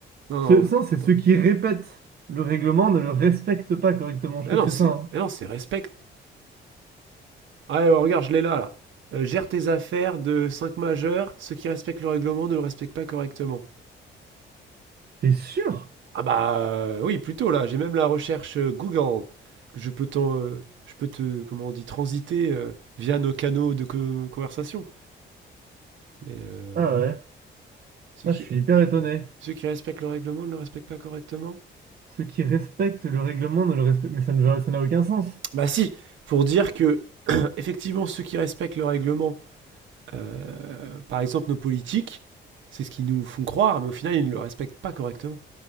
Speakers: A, on the right; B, on the right.
A: Non,
B: Ce,
A: non,
B: ça, c'est
A: attends.
B: ceux qui répètent le règlement ne le respectent pas correctement. Je
A: Mais
B: crois
A: non,
B: que c'est
A: c'est,
B: ça. hein.
A: mais non, c'est respect. Allez, oh, regarde, je l'ai là, là. Euh, gère tes affaires de 5 majeurs, ceux qui respectent le règlement ne le respectent pas correctement.
B: T'es sûr?
A: Ah bah euh, oui, plutôt là, j'ai même la recherche euh, Google. que Je peux, t'en, euh, je peux te, comment on dit, transiter euh, via nos canaux de co- conversation. Mais, euh,
B: Ah ouais.
A: ceux
B: Ah,
A: qui...
B: je suis hyper étonné.
A: Ceux qui respectent le règlement ne le respectent pas correctement
B: Ceux qui respectent le règlement ne le respectent... Mais ça ne veut- ça n'a aucun sens.
A: Bah si, pour dire que, <clears throat> effectivement, ceux qui respectent le règlement, euh, par exemple nos politiques, c'est ce qu'ils nous font croire, mais au final, ils ne le respectent pas correctement.